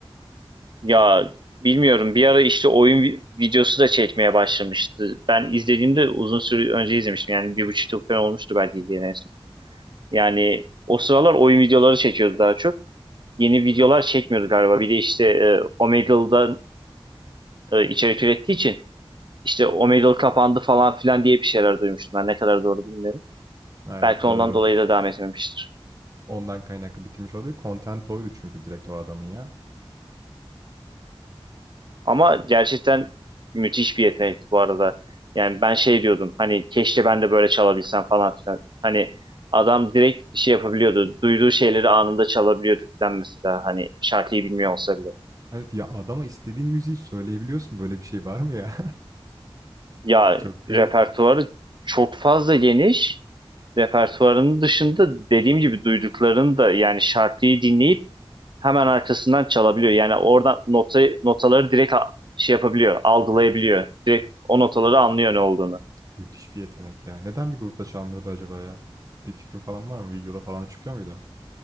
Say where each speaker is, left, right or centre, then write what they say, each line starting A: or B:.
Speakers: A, on the right; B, on the right.
A: Ya bilmiyorum. Bir ara işte oyun vi- videosu da çekmeye başlamıştı. Ben izlediğimde uzun süre önce izlemiştim. Yani bir buçuk yıl falan olmuştu belki izleyen en son. Yani o sıralar oyun videoları çekiyordu daha çok. Yeni videolar çekmiyordu galiba. Bir de işte e, Omegle'dan e, içerik ürettiği için işte o Omegle kapandı falan filan diye bir şeyler duymuştum ben ne kadar doğru bilmiyorum.
B: Ha, Evet
A: Belki
B: doğru.
A: ondan dolayı da devam etmemiştir.
B: Ondan kaynaklı bitirmiş olabilir. Content oydu çünkü direkt o adamın ya.
A: Ama gerçekten müthiş bir yetenekti bu arada. Yani ben şey diyordum hani keşke ben de böyle çalabilsem falan filan. Hani adam direkt şey yapabiliyordu. Duyduğu şeyleri anında çalabiliyordu filan mesela. Hani şarkıyı bilmiyor olsa bile.
B: Evet ya adama istediğin müziği söyleyebiliyorsun. Böyle bir şey var mı ya?
A: Ya
B: <laughs> Çok garip.
A: repertuarı çok fazla geniş repertuarının dışında dediğim gibi duyduklarını da yani şarkıyı dinleyip hemen arkasından çalabiliyor. Yani oradan notayı, notaları direkt a- şey yapabiliyor, algılayabiliyor. Direkt o notaları anlıyor ne olduğunu.
B: Müthiş bir yetenek ya. Neden bir grupta çalmıyordu acaba ya? Bir fikrin falan var mı? Videoda falan açıklıyor muydu?